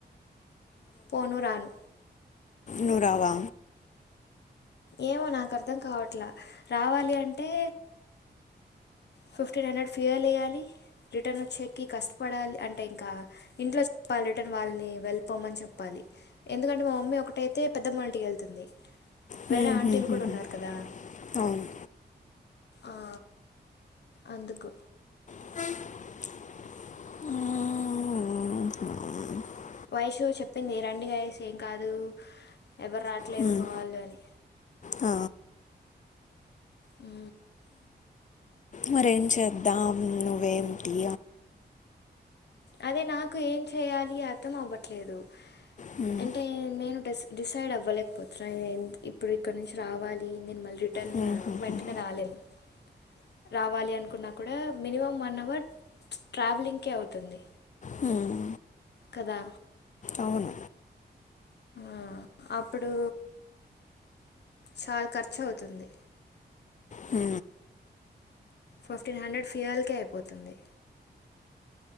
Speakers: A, on the left (about 70°); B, on the left (about 45°).
A: పోను రాను
B: నువు రావా
A: ఏమో నాకు అర్థం కావట్లా రావాలి అంటే ఫిఫ్టీన్ హండ్రెడ్ ఫియల్ వెయ్యాలి రిటర్న్ వచ్చేకి కష్టపడాలి అంటే ఇంకా ఇంట్లో చెప్పాలట వాళ్ళని వెళ్ళిపోమని చెప్పాలి. ఎందుకంటే మా మమ్మీ ఒకటైతే పెద్దమ్ వాళ్ళ ఇంటికి వెళ్తుంది.
B: హ్మ్,
A: వేరే ఆంటీలు
B: హ్మ్, హ్మ్,
A: కూడా
B: హ్మ్.
A: ఉన్నారు కదా.
B: అవును
A: ఆ అందుకు
B: ఆ
A: వైషూ చెప్పింది రండి గయస్ ఏం కాదు ఎవరు రాట్లేదు
B: హ్మ్,
A: మా వాళ్ళు అని
B: ఆ
A: ఉ
B: మరేం చేద్దాం నువ్వేటి
A: అదే నాకు ఏం చెయాలి అర్థం అవ్వట్లేదు
B: హ్మ్,
A: అంటే నేను డిసైడ్ అవ్వలేకపోతున్నా నేను ఇప్పుడు ఇక్కడ నుంచి రావాలి నేను మళ్ళీ రిటర్న్
B: హ్మ్, హ్మ్,
A: వెంటనే
B: హ్మ్.
A: రాలేను. <inaudible> రావాలి అనుకున్నా కూడా మినిమం వన్ అవర్ ట్రావెలింగ్కే అవుతుంది.
B: హ్మ్,
A: కదా
B: అవును
A: ఆ అప్పుడు చాలా ఖర్చు అవుతుంది
B: మ్
A: ఫిఫ్టీన్ హండ్రెడ్ సీయల్కె అయిపోతుంది